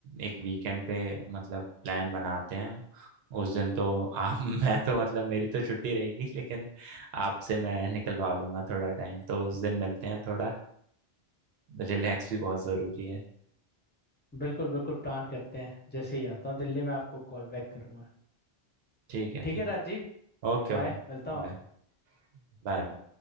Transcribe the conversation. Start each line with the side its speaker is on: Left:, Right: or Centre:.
Right: एक वीकेंड पे मतलब प्लान बनाते हैं उस दिन तो आप <laughs> मैं तो मतलब मेरी तो छुट्टी रहेगी लेकिन आपसे मैं निकलवा लूंगा थोड़ा टाइम तो उस दिन मिलते हैं थोड़ा रिलैक्स भी बहुत ज़रूरी है
Left: बिल्कुल बिल्कुल प्लान करते हैं जैसे ही आता हूँ दिल्ली मैं आपको कॉल बैक करूँगा
Right: ठीक है
Left: ठीक
Right: ठीक
Left: है राज जी
Right: है Okay
Left: बाय
Right: okay
Left: मिलता हूँ
Right: बाय
Left: आपसे
Right: बाय